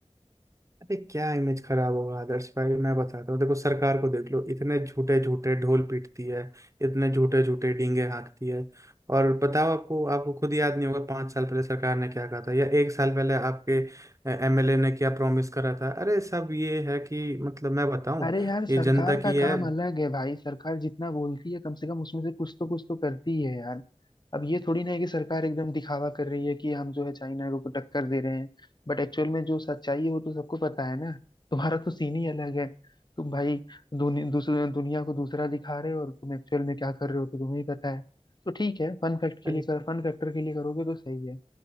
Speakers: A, on the right (about 25°); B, on the left (about 40°).
A: अरे क्या इमेज खराब होगा आदर्श भाई मैं बताता हूँ देखो सरकार को देख लो इतने झूठे झूठे ढोल पीटती है इतने झूठे झूठे डींगे हाँकती है और बताओ आपको आपको खुद याद नहीं होगा पाँच साल पहले सरकार ने क्या कहा था या एक साल पहले आपके एमएलए ने क्या प्रॉमिस करा था अरे सब ये है कि मतलब मैं बताऊं
B: अरे यार सरकार
A: ये जनता की
B: का
A: है
B: काम अलग है भाई सरकार जितना बोलती है कम से कम उसमें से कुछ तो कुछ तो करती है यार अब ये थोड़ी ना है कि सरकार एकदम दिखावा कर रही है कि हम जो है चाइना को टक्कर दे रहे हैं बट एक्चुअल में जो सच्चाई है वो तो सबको पता है ना तुम्हारा तो सीन ही अलग है तुम भाई दुनि, दूसरे दुनिया को दूसरा दिखा रहे हो और तुम एक्चुअल में क्या कर रहे हो तो तुम्हें ही पता है तो ठीक है फन फैक्ट के
A: अरे
B: लिए कर फन फैक्टर के लिए करोगे तो सही है